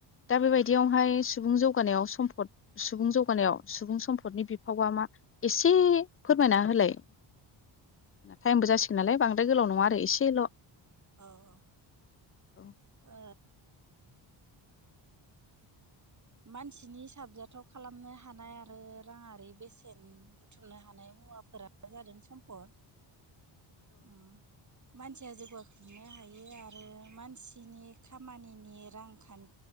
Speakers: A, on the left; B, on the right.
A: दा बेबायदियावहाय सुबुं जौगानायाव सम्फद सुबुं जौगानायाव सुबुं सम्पदनि बिफावा मा एसे फोरमायना होलाय। टाइमबो जासिगोन नालाय बांद्राय गोलाव नङा आरो एसेल'।
B: अ-अ
A: औ
B: ओ मानसिनि साबजाथाव खालामनो हानाय आरो राङारि बेसेन बुथुमनो हानाय मुवाफोरानो जादों सम्फद। उम मानसिया जौगाखांनो हायो आरो मानसिनि खामानिनि रांखान